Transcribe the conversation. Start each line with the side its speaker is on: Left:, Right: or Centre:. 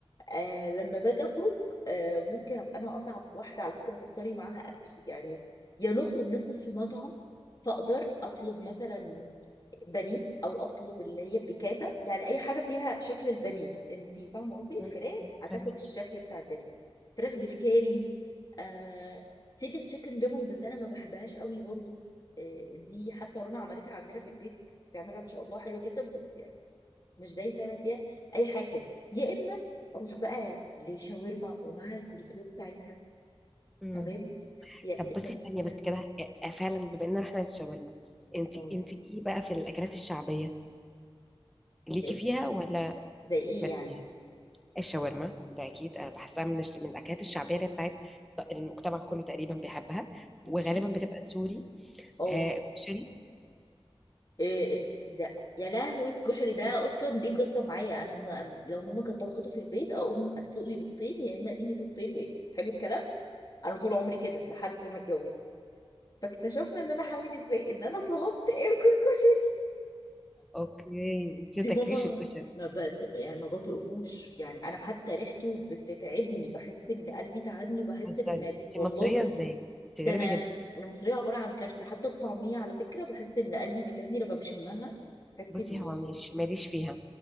Left: آه لما باجي اخرج آه ممكن ابقى انا اصعب واحده على فكره تختاري معاها اكل يعني يا نخرج ناكل في مطعم فاقدر اطلب مثلا بانيه او اطلب اللي هي بيكاتا يعني اي حاجه فيها شكل البانيه انت فاهمه قصدي الفراخ
Centre: مم، مم،
Left: هتاخد
Centre: فاهمك
Left: الشكل بتاع البانيه فراخ بالكاري آه سله تشيكن ليمون بس انا ما بحبهاش قوي برضو آه دي حتى رنا عملتها عندنا في البيت بتعملها ما شاء الله حلو جدا بس يعني مش دايسه انا فيها اي حاجه كده يا اما اروح بقى لشاورما ومعاها الكولسلو بتاعتها
Centre: مم.
Left: تمام يا
Centre: طب
Left: اما
Centre: بصي
Left: البيتزا
Centre: ثانيه بس كده آه، فعلا بما ان احنا الشاورما انت
Left: اه
Centre: انت ايه بقى في الاكلات الشعبيه ليكي
Left: ال-
Centre: فيها ولا
Left: زي ايه
Centre: مالكيش
Left: يعني
Centre: الشاورما ده اكيد انا بحسها من الش... من الاكلات الشعبيه اللي هي بتاعت المجتمع كله تقريبا بيحبها
Left: ماشي
Centre: وغالبا بتبقى سوري
Left: اه
Centre: آه الكشري
Left: إيه ال- ده يا لهوي الكشري ده اصلا ليه قصه معايا انا ما لو ماما كانت طبخته في البيت اقوم اسلق لي بيضتين يا اما اقلي لي بيضتين وايه حلو الكلام انا طول عمري كده لحد ما اتجوزت فاكتشفنا ان انا حامل ازاي ان انا طلبت اكل كشري
Centre: اوكي انت
Left: دي
Centre: ما تاكليش
Left: ماما
Centre: الكشري
Left: ما بط... يعني ما بطقهوش يعني انا حتى ريحته بتتعبني بحس ان قلبي تعبني وبحس
Centre: بتهزري
Left: ان معدتي
Centre: انت
Left: والله
Centre: مصريه ازاي انت غريبه
Left: ده انا
Centre: جدا
Left: انا مصريه عباره عن كارثه حتى الطعميه على فكره بحس ان قلبي بيتعبني لما بشمها بحس
Centre: بصي
Left: اني
Centre: هو مش ماليش فيها